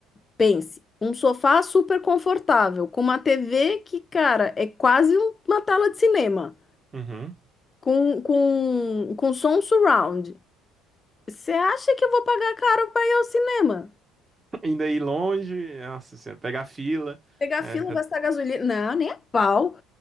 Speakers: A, on the left; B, on the right.
A: pense, um sofá super confortável, com uma TV que, cara, é quase um- uma tela de cinema,
B: Uhum.
A: com com com som surround. Você acha que eu vou pagar caro para ir ao cinema?
B: Ainda ir longe, nossa senhora, pegar fila.
A: Pegar
B: É,
A: fila, gastar gasolina? Não, nem a pau.